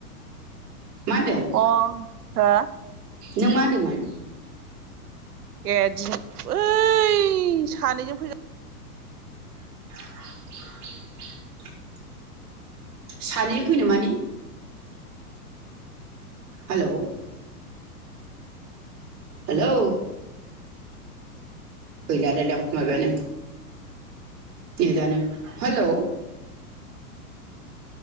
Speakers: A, on the right; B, on the right.
A: मा होनदों
B: अ हो
A: नों मा होनदोंमोन?
B: ए दिनै ओइ सानैजों फैगा
A: <unintelligible> सानैजों फैनो माने? हालौ हेलौ गैला लायलां माबायानो नेदानो हेलौ